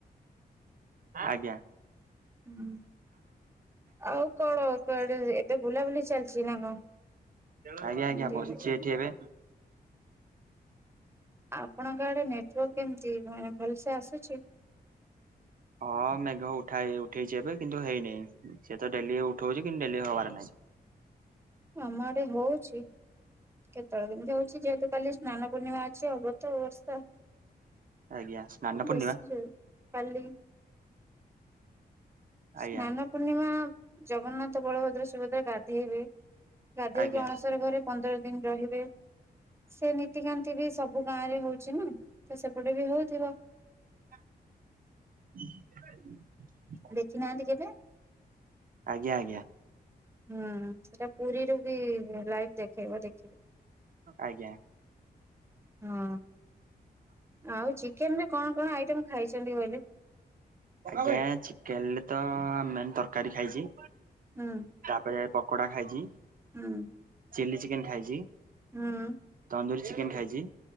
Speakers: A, on the right; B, on the right.
A: ଆଜ୍ଞା।
B: ହୁଁ ଆଉ କଣ କୁଆଡେ ଏବେ ବୁଲାବୁଲି ଚାଲିଛି ନା କଣ।
A: ଆଜ୍ଞା ଆଜ୍ଞା ବସିଛି ଏଠି ଏବେ।
B: ଆପଣଙ୍କ ଆଡେ ନେଟୱାର୍କ କେମିତି ମାନେ ଭଲସେ ଆସୁଛି।
A: ହଁ ମେଘ ଉଠାଏ ଉଠେଇଛି ଏବେ କିନ୍ତୁ ହେଇନେଇ ସେ ତ ଡେଲି ଉଠଉଛି କିନ୍ତୁ ଡେଲି ହବାର ନାହିଁ।
B: ଆମ ଆଡେ ହଉଛି କେତେବେଳେ କେମିତି ହଉଛି ଯେହେତୁ କାଲି ସ୍ନାନ ପୂର୍ଣ୍ଣିମା ଅଛି ହବ ତ ବର୍ଷା।
A: ଆଜ୍ଞା ସ୍ନାନ ପୂର୍ଣ୍ଣିମା।
B: ବେଶୀ ଜୋରେ। କାଲି
A: ଆଜ୍ଞା
B: ସ୍ନାନ ପୂର୍ଣ୍ଣିମା ଜଗନ୍ନାଥ ବଳଭଦ୍ର ସୁଭଦ୍ରା ଗାଧେଇବେ। ଗାଧେଇକି
A: ଆଜ୍ଞା।
B: ଅଣସର ଘରେ ପନ୍ଦର ଦିନ ରହିବେ ସେନି ନିତିକାନ୍ତି ବି ସବୁ ଗାଁ ରେ ହଉଛି ନା ତ ସେପଟେ ବି ହଉଥିବ।
A: <inaudible>
B: ଦେଖି ନାହାନ୍ତି କେବେ?
A: ଆଜ୍ଞା ଆଜ୍ଞା।
B: ହୁଁ ସେଟା ପୁରୀରୁ ବି ଲାଇଭ ଦେଖେଇବ ଦେଖିବେ।
A: ଆଜ୍ଞା।
B: ହଁ ଆଉ ଚିକେନ ରେ କଣ କଣ ଆଇଟମ ଖାଇଛନ୍ତି କହିଲେ?
A: ଆଞା ଚିକେନରେ ତ ମେନ୍ ତରକାରୀ ଖାଇଛି।
B: ହୁଁ।
A: ତାପରେ ପକୋଡା ଖାଇଛି।
B: ହୁଁ।
A: ଚିଲ୍ଲି ଚିକେନ ଖାଇଛି।
B: ହୁଁ।
A: ତନ୍ଦୁରରିୀ ଚିକେନ ଖାଇଛି।